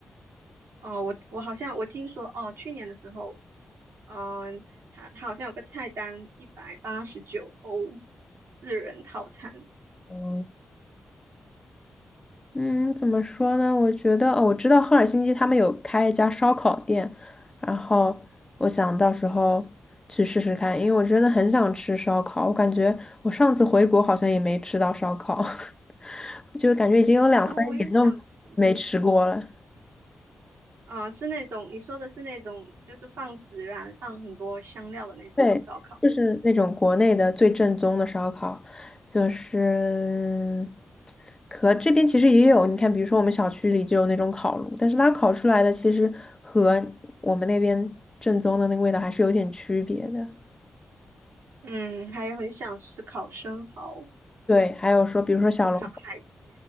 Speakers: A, on the right (about 80°); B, on the left (about 20°).
A: 哦，我我好像我听说哦，去年的时候，嗯，他他好像有个菜单，一百八十九欧，四人套餐
B: <laughs> 嗯，怎么说呢？我觉得，哦，我知道赫尔辛基他们有开一家烧烤店，然后我想到时候去试试看，因为我真的很想吃烧烤。我感觉我上次回国好像也没吃到烧烤，<laughs> 就感觉已经有两三年都没吃过了。
A: 啊，我也想吃啊，是那种你说的是那种，就是放孜然、放很多香料的那种烧烤。
B: 对，就是那种国内的最正宗的烧烤，就是和这边其实也有，你看，比如说我们小区里就有那种烤炉，但是它烤出来的其实和我们那边正宗的那个味道还是有点区别的。
A: 嗯，还有很想吃烤生蚝、
B: 对，还有说，比如说小龙
A: 就烤海鲜、